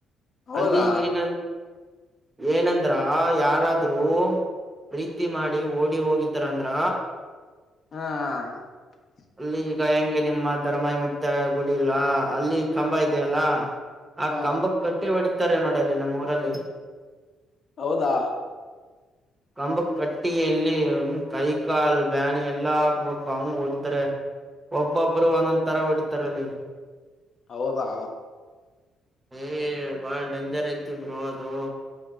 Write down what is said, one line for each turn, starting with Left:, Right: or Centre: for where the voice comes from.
Left: ಹೌದಾ
Right: ಅಲ್ಲಿ <unintelligible> ಏನಂದ್ರ ಯಾರಾದ್ರೂ ಪ್ರೀತಿ ಮಾಡಿ ಓಡಿ <unintelligible> ಹೋಗಿದ್ದಾರಂದ್ರ.
Left: <unintelligible>
Right: ಅಲ್ಲಿ ಈಗ ಹೆಂಗೆ ನಿಮ್ಮ ಧರ್ಮಾಯಿ <unintelligible> ಮತ್ತೆ ಗುಡಿಲ್ಲ ಅಲ್ಲಿ ಕಂಬ ಇದೆಯಲ್ಲ. ಆ
Left: ಹಾ
Right: ಕಂಬಕ್ ಕಟ್ಟಿ ಹೊಡತಾರೆ ನೋಡ ಅಲ್ಲಿ ನಮ್ಮ್ ಊರಲ್ಲಿ.
Left: ಹೌದಾ
Right: ಕಂಬಕಟ್ಟಿ ಎಲ್ಲಿ <unintelligible> ಕೈ ಕಾಲ್ ಬ್ಯಾನಿ ಎಲ್ಲಾ ಆಗಬೇಕು ಹಂಗ್ ಒಡ್ <unintelligible> ಒಬ್ಬೊಬ್ಬರು ಒಂದೊಂದ ತರ ಹೊಡತಾರಲ್ಲಿ.
Left: ಹೌದಾ
Right: ಏ ಬಾಳ್ ಡಂಜರ್ ಐತಿ ಬ್ರೋ ಅದು.